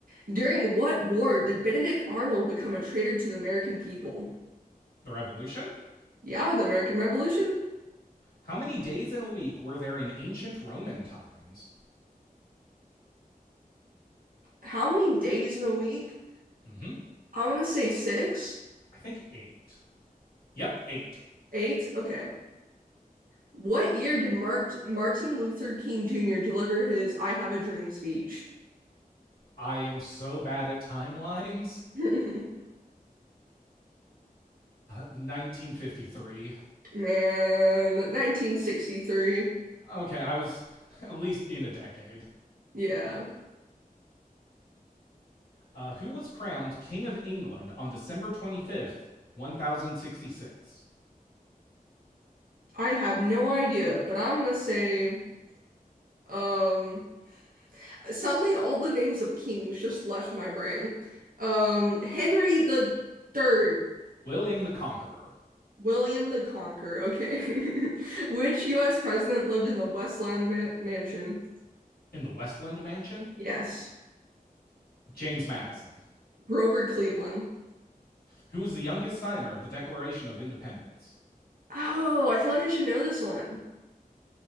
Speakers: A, on the right; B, on the left.
A: During what war did Benedict Arnold become a traitor to the American people?
B: the revolution?
A: Yeah, the American Revolution.
B: How many days in a week were there in ancient Roman times?
A: How many days in a week?
B: hmm
A: I want to say six,
B: I think eight. Yep, eight.
A: eight. Okay. What year did Mart Martin Luther King Jr. deliver his I Have a Dream speech?
B: I am so bad at timelines.
A: <laughs>
B: <laughs> 1953.
A: Man, 1963.
B: Okay, I was <laughs> at least in a decade.
A: Yeah.
B: Uh, who was crowned King of England on December 25th, 1066?
A: I have no idea, but I'm gonna say, um, suddenly all the names of kings just left my brain. Um, Henry the Third,
B: William the Conqueror.
A: William the Conqueror. Okay. <laughs> Which US president lived in the Westland ma Mansion?
B: In the Westland Mansion?
A: Yes.
B: James Madison,
A: Grover Cleveland.
B: who was the youngest signer of the Declaration of Independence.
A: Oh, I feel like I should know this one.